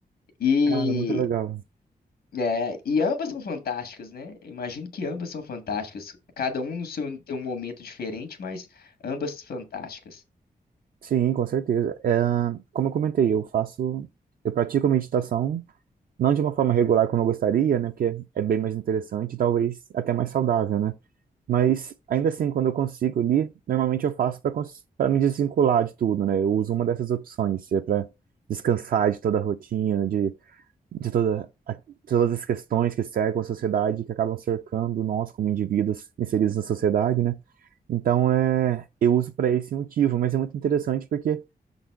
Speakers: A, on the left; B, on the right.
A: E,
B: cara muito legal.
A: é, e ambas são fantásticas, né? Eu Imagino que ambas são fantásticas. Cada um no seu, tem um momento diferente, mas ambas fantásticas.
B: Sim, com certeza. É, como eu comentei, eu faço, eu pratico a meditação não de uma forma regular como eu gostaria, né? Porque é bem mais interessante e talvez até mais saudável, né? Mas ainda assim, quando eu consigo ali, normalmente eu faço para para me desvincular de tudo, né? Eu uso uma dessas opções, se é para descansar de toda a rotina, de, de toda a- todas as questões que cercam a sociedade, que acabam cercando nós como indivíduos inseridos na sociedade, né? Então, é, eu uso para esse motivo, mas é muito interessante porque